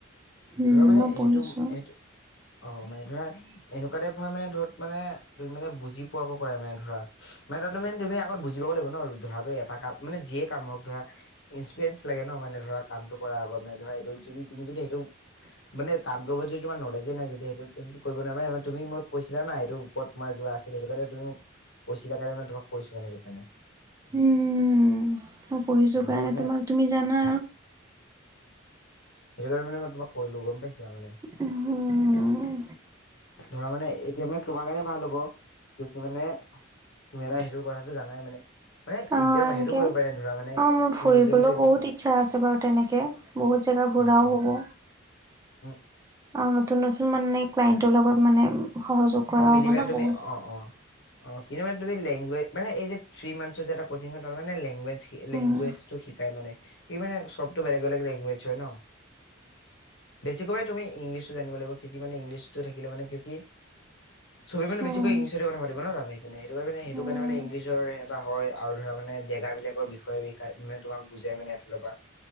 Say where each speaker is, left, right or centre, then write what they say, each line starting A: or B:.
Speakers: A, on the right; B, on the left.
A: উম,
B: ধৰা মানে
A: মই পঢ়িছো
B: সেইটো - সেইটো অ মানে ধৰা এনেকুৱা টাইপ হয় মানে ধ মানে তুমি মানে বুজি পোৱাকো কৰা মানে ধৰা। মানে তাতো তুমি তুমি আগত বুজিবও লাগিব ন ধৰাটো এটা কাম মানে যিয়ে কাম হওক ধৰা ইনস্পিয়েন্স লাগে ন। মানে ধৰা কামটো কৰাৰ আগত মানে ধৰা এইটো যদি তুমি যদি এইটো মানে কামটোৰ প্ৰতি তোমাৰ নলেজে নাই যদি, সেইটো সেইটোতো কৰিব নাপায়, তুমি মোক কৈছিলা নাই, এইটোৰ ওপৰত তোমাৰ কিবা পাইছিল, সেইটো কাৰণে তুমি মোক কৈছিলা কাৰণে তোমাক কৈছো মানে সেইটো কাৰণে।
A: উম, ম, মই পঢ়িছো
B: ধৰা
A: কাৰণে
B: মানে
A: তোমা, তুমি জানা
B: <unintelligible> কাৰণে মানে তোমাক কৈদিলো গম পাইছা মানে।
A: উম,
B: ধৰা মানে এতিয়া মানে তোমাৰ কাৰনে ভাল হব, এত মানে তুমি বা সেইটো কথাটো জানাই মানে, মানে
A: অ'
B: সেইটো
A: এনেকে
B: কৰিব পাৰে ধৰা মানে
A: অ', মোৰ
B: টুৰিজিমটো
A: ফুৰিবলৈও
B: এনেকুৱা
A: বহুত ইচ্ছা আছে বাৰু তেনেকে, বহুত জেগা ঘূৰাও
B: অ অ
A: হ'ব।
B: <inaudible>
A: অ', নতুন, নতুন মানে ক্লাইন্টৰ লগত মানে সহযোগ কৰা
B: অ', মিলি
A: হ'ব
B: বা
A: ন
B: তুমি
A: বহুত।
B: অ', অ', অ', কিন্তুমানে তুমি লেংগুৱে মানে এই যে থ্ৰী মান্থৰ যে এটা কচিং হয়, তাতমানে লেংগুৱেজ, লেংগুৱেজটো
A: উম,
B: শিকাই মানে। কি মানে সবতটো বেলেগ বেলেগ লেংগুৱেজ হয় ন, বেছিকৈ তুমি ইংলিছটো জানিব লাগিব, কিয় কি মানে ইংলিছটো থাকিলে মানে কিয় কি ছবে মানে বেছিকৈ
A: উম,
B: ইংলিছতহে কথা পাতি না তাত সিপিনে, সেইটো কাৰনে, সেইটো
A: উম,
B: কাৰণে মানে ইংলিছৰ হয়, আৰু ধৰা মানে জেগা বিলাকৰ বিষয়ে বিষয়ে মানে তোমাক বুজাই মানে এফালৰ পৰা। <inaudible>